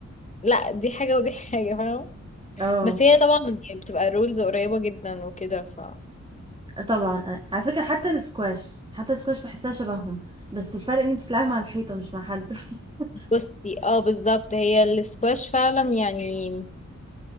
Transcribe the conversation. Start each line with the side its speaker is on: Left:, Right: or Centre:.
Left: لا دي حاجة ودي حاجة فاهمة
Right: اه
Left: بس هي طبعا يعني بتبقى رولز قريبة جدا وكده ف
Right: طبعا أ- على فكرة حتى السكواش حتى السكواش بحسها شبههم بس الفرق ان انت بتلعبي مع الحيطة مش مع حد <laughs>
Left: بصي اه بالظبط هي السكواش فعلا يعني